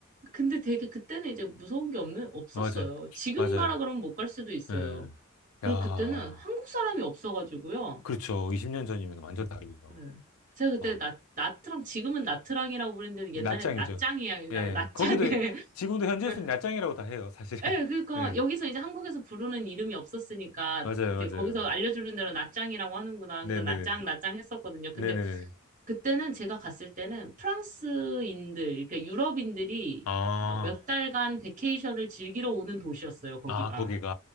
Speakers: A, on the right; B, on the left.
A: 근데 되게 그때는 이제 무서운 게 없는 없었어요.
B: 맞아요.
A: 지금
B: 맞아요.
A: 가라 그러면 못 갈 수도 있어요.
B: 예.
A: 그리고
B: 야.
A: 그때는 한국 사람이 없어가지고요.
B: 그렇죠. 20년 전이면 완전 다르죠.
A: 네. 제가 그때
B: 아,
A: 나, 나트랑 지금은 나트랑이라고 부르는데
B: 이
A: 옛날엔
B: 낮장이죠.
A: 나짱이야 나,
B: 예,
A: 나짱에
B: 거기도, 지금도 현지에서는
A: <laughs>
B: 낯장이라고 다 해요, 사실은.
A: 예, 그러니까
B: <laughs> 네,
A: 여기서 이제 한국에서 부르는 이름이 없었으니까
B: 맞아요,
A: 이제
B: 맞아요.
A: 거기서 알려주는 대로 나짱이라고 하는구나.
B: 네네네.
A: 그래서 나짱, 나짱 했었거든요. 근데
B: 네네네.
A: 그때는 제가 갔을 때는 프랑스인들, 그러니까 유럽인들이
B: 아,
A: 막 몇 달간 베케이션을 즐기러 오는 도시였어요, 거기가.
B: 아, 거기가,